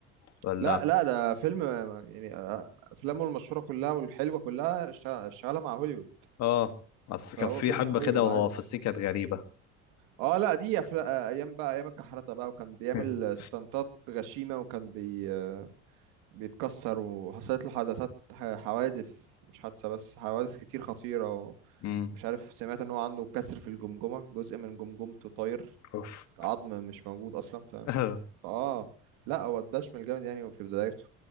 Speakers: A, on the left (about 55°); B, on the right (about 75°).
A: ولا
B: لا لا ده فيلم يعني آه، افلامه المشهورة كلها والحلوة كلها شا- شغالة مع هوليوود
A: اه اصل
B: فهو
A: كان في
B: فيلم
A: حقبة
B: هوليوود
A: كده وهو
B: عادي
A: في الصين كانت غريبة
B: اه لا دي أفلا... آه، ايام بقى ايام الكحرته بقى وكان بيعمل
A: <laughs>
B: ستانتات غشيمه وكان بي بيتكسر وحصلت له حدثات ح- حوادث مش حادثة بس حوادث كتير خطيرة
A: امم
B: ومش عارف سمعت ان هو عنده كسر في الجمجمة جزء من جمجمته طاير
A: اوف
B: عظم مش موجود اصلا فاهم
A: <laughs>
B: اه لا هو الدشم الجامد يعني في بدايته